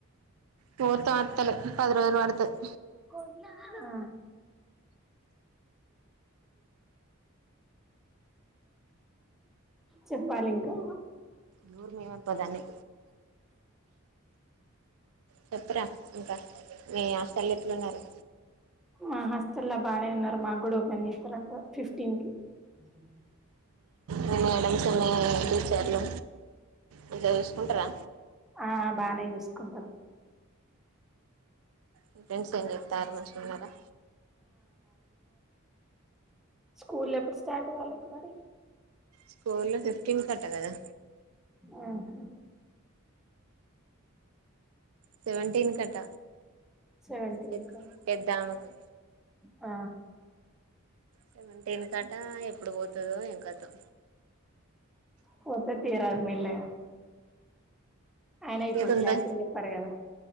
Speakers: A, on the right; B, in the centre.
A: పోతా అత్తాలే, పది రోజులు పడ్తద్.
B: ఆ చెప్పాలి ఇంకా.
A: నూరు మేమనుకో దాన్ని చెప్పురా ఇంకా, మీ హాస్టళ్ల ఎట్లా ఉన్నారు.
B: ఆ హాస్టళ్ల బానే ఉన్నారు, మాగ్గుడా ఓపెన్ చేతారంట ఫిఫ్టీన్ కి. ఉమ్
A: మీ మేడమ్స్, మీ టీచర్లు మంచిగా చూసుకుంటారా.
B: ఆ బానే జూసుకుంటారు.
A: మీ ఫ్రెండ్స్ ఏం జేత్తార్రు మంచిగున్నారా.
B: స్కూల్లు ఎప్పుడు స్టార్ట్ వాళ్లకు మరి.
A: స్కూళ్లు ఫిఫ్టీన్ కట గదా.
B: ఆహా
A: సెవెంటీన్ కట
B: సెవెంటీన్
A: పెద్
B: కా
A: పెద్దామేకు.
B: ఆ
A: సెవెంటీన్ కట, ఎప్పుడు పోతదో ఏం కథో.
B: పోతది తీయ్యారాదు మెల్లగా. అయినా ఇప్పుడు
A: పోతుందే,
B: క్లాసులు చెప్పారు కదా